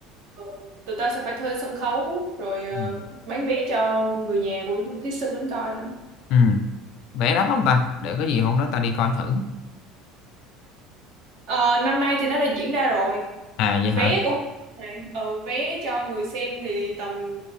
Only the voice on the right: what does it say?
ừ. tụi tao sẽ phải thuê sân khấu rồi ờ,
bán vé cho người nhà của thí sinh đến coi nữa
Ờ, năm nay thì nó đã diễn ra rồi
vé
cũng này ừ, vé cho người xem thì tầm